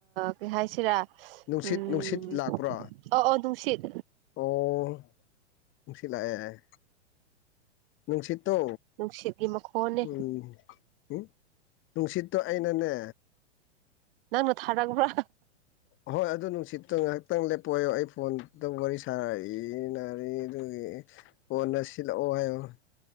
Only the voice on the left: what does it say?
ꯅꯨꯡꯁꯤꯠ
ꯅꯨꯡꯁꯤꯠ ꯂꯥꯛꯄ꯭ꯔꯣ
ꯑꯣ ꯅꯨꯡꯁꯤꯠ ꯂꯥꯛꯑꯦ ꯑꯦ ꯅꯨꯡꯁꯤꯠꯇꯣ
ꯎꯝ ꯍꯨꯡ ꯅꯨꯡꯁꯤꯠꯇꯣ ꯑꯩꯅꯅꯦ
ꯍꯣꯏ ꯑꯗꯨ ꯅꯨꯡꯁꯤꯠꯇꯣ ꯉꯥꯛꯇꯪ ꯂꯦꯞꯄꯣꯌꯣ ꯑꯩ ꯐꯣꯟ ꯇ ꯋꯥꯔꯤ ꯁꯥꯔꯤ ꯏꯅꯔꯤ ꯑꯗꯨꯒꯤ ꯀꯣꯟꯅ ꯁꯤꯜꯂꯛꯑꯣ ꯍꯥꯏꯌꫭ